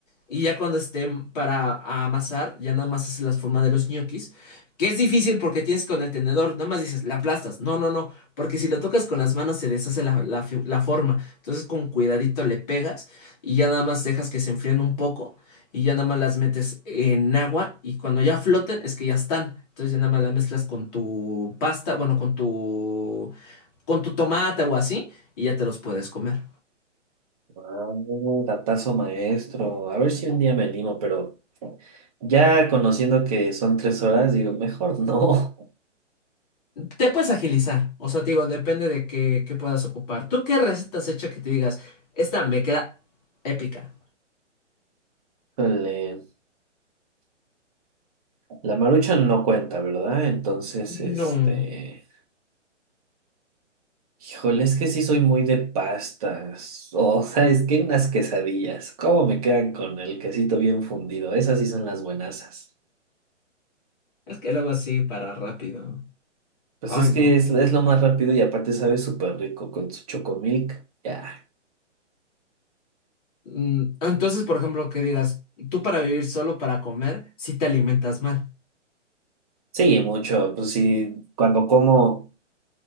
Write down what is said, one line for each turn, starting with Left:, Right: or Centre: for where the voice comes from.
Left: Y ya cuando esté para amasar, ya nada más hace las formas de los ñoquis. Que es difícil porque tienes con el tenedor, nada más dices, la aplastas. No, no, no, porque si lo tocas con las manos se deshace la, la fi- la forma. Entonces con cuidadito le pegas y ya nada más dejas que se enfríen un poco y ya nada más las metes en agua y cuando ya floten es que ya están. Entonces ya nada más las mezclas con tu pasta, bueno, con tu, con tu tomate o así y ya te los puedes comer.
Right: Ah, datazo maestro. A ver si un día me animo, pero... Ya conociendo que son tres horas, digo, mejor no.
Left: Te puedes agilizar, o sea, te digo, depende de qué, qué puedas ocupar. ¿Tú qué recetas hecha que te digas, esta me queda épica?
Right: <laughs> Híjole, la marucha no cuenta, ¿verdad? Entonces,
Left: No,
Right: este, híjole, es que sí soy muy de pastas. O sea, es que unas quesadillas, ¿cómo me quedan con el quesito bien fundido? Esas sí son las buenasas.
Left: es que luego así para rápido.
Right: Pues
Left: Ay,
Right: es que
Left: no.
Right: es, es lo más rápido y aparte sabe súper rico con su chocomilk. Ya.
Left: Mm, Entonces, por ejemplo, que digas, tú para vivir solo, para comer, si te alimentas mal.
Right: Sí, mucho. Pues sí, cuando como,